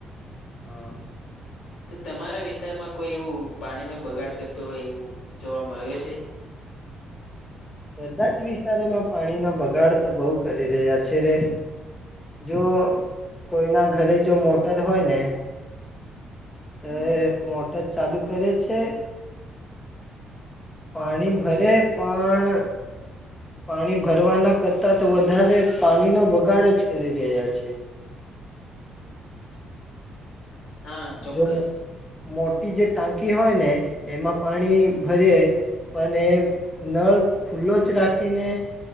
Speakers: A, on the left (about 15°); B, on the left (about 75°).
A: <inaudible>
B: તો તમારા વિસ્તારમાં કોઈ એવું પાણીનો બગાડ કરતો હોય એવું જોવા મળ્યો છે? <inaudible>
A: બધા જ વિસ્તારોમાં પાણીનો બગાડ તો બહુ કરી રહ્યા છે રે. જો કોઈના ઘરે જો મોટર હોય ને. તે મોટર ચાલુ કરે છે. પાણી ભરે પણ પાણી ભરવાના કરતા તો વધારે પાણીનો બગાડ જ કરી રહ્યા છે.
B: <inaudible> હા ચોક્કસ.
A: જો મોટી જે ટાંકી હોય ને એમાં પાણી ભરીએે. પણ એ નળ ખુલ્લો જ રાખીને